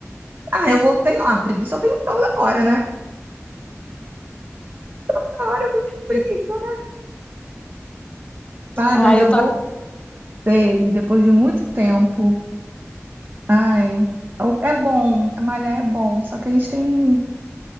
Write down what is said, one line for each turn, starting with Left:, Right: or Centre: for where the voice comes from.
Right: Ah, eu voltei. Ah, preguiça eu tenho toda hora, né? Toda hora eu vivo com preguiça,
Left: Eu-
Right: né? Ai,
Left: Ah,
Right: mas
Left: eu
Right: eu
Left: também.
Right: voltei depois de muito tempo. Ai, é é bom, malhar é bom, só que a gente tem.